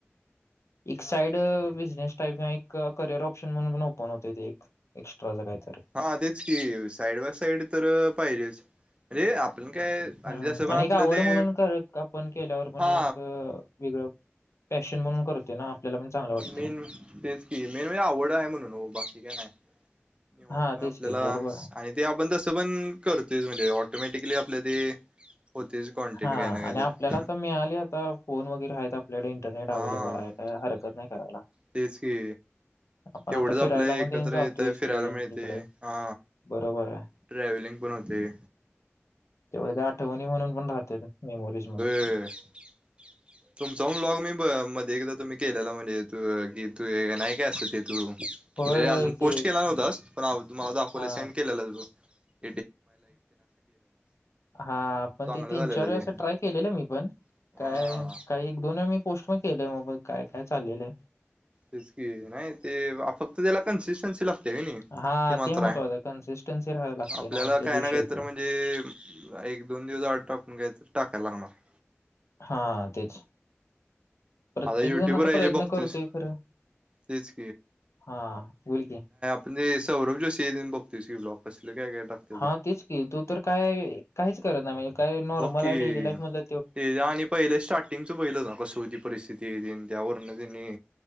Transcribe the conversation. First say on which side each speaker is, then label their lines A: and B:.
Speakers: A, on the left; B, on the right.
A: एक साईड बिझनेस टाईप किंवा एक करिअर ऑप्शन म्हणून ओपन होतय ते एक एक्स्ट्रा च कायतरी
B: हा तेच की साईड बाय साईड तर पाहिजेच अरे आपण काय
A: हम्म
B: आणि जस पण आपलं
A: एक आवड
B: ते
A: म्हणून कर आपण केल्यावर पण
B: हा
A: एक वेगळं पॅशन म्हणून करतोय ना आपल्याला पण चांगलं वाटतय
B: मेन तेच की मेन म्हणजे आवड आहे म्हणून बाकी काय नाही निवांत
A: हा तेच
B: आपल्याला
A: की बरोबर आहे.
B: आणि ते आपण तसं पण करतोयच म्हणजे ऑटोमॅटिकली आपल्या ते होतीच कॉन्टेंट
A: हा
B: काय ना
A: आणि
B: काहीतर
A: आपल्याला आता मिळाले आता फोन वगैरे आहेत आपल्याकडे इंटरनेट अव्हेलेबल
B: हा
A: आहे काय हरकत नाही करायला.
B: तेच की
A: आपण
B: एवढंच
A: आता
B: आपल्या
A: फिरायला पण
B: एकत्र
A: तेन जातोयच
B: येतय फिरायला
A: ते
B: मिळते
A: तिकडं
B: हा
A: बरोबर आहे
B: ट्रॅव्हलिंग पण होतय
A: तेवढे ते आठवणी म्हणून पण राहते मेमोरीज म्हणून
B: हम् <unintelligible> तुमचा ब्लॉग मी मध्ये एकदा तुम्ही केलेला म्हणजे कि तू नाही काय असत ते तू
A: होय होय
B: अजून पोस्ट
A: ते
B: केला नव्हतास पण मला दाखवले
A: हा
B: सेंड केलेलं बग
A: हा पण
B: चांगलं
A: ते तीन
B: झालेलं
A: चार वेळेस
B: ते
A: अस ट्राय केलेलं मी पण
B: हा.
A: काय काही एक दोन मी पोस्ट पण केलंय मग काय काय चाललेल
B: तेच कि नाही ते फक्त त्याला कन्सिस्टन्सी लागते
A: हा
B: ते मात्र
A: महत्त्वाचं
B: आहे
A: कन्सिस्टन्सी राहायला लागते
B: आपल्याला
A: तेच
B: काय
A: विषय
B: ना काय
A: होतोय
B: तर म्हणजे ते एक दोन दिवस आड टाकून घ्याय तर टाकायला लागणार
A: हा तेच प्रत्येक
B: युट्यूबर
A: जण आता
B: आहे
A: प्रयत्न
B: जे बघतोयस
A: करतोय खरं,
B: तेच
A: हा बोलकी
B: म्हणज सौरभ जोशी ए दिन बघतोस की ब्लॉक असलं काही काही टाकतोय
A: हा तेच की तू तर काय काहीच करत ना म्हणजे काय नॉर्मल
B: बघ की
A: आहे डेली लाईफ मधल
B: ते आणि पहिले स्टार्टिंगच बघितलस ना कशी होती परिस्थिती ते त्यावरन त्यांनी